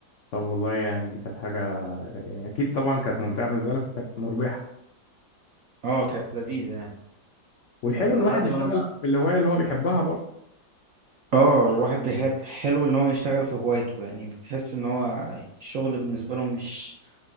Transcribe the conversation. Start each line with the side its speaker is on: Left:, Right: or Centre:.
Left: طب والله يعني دي كانت حاجة يعني أكيد طبعا كانت ممتعة بالنسبة لك وكانت مربحة
Right: اه كانت لذيذة يعني
Left: والحلو
Right: بس
Left: إن
Right: لحد
Left: الواحد يشتغل
Right: ما أنا
Left: في الهواية اللي هو بيحبها برضه
Right: اه الواحد بيحب حلو ان هو يشتغل في هوايته يعني بتحس ان هو الشغل بالنسبه له مش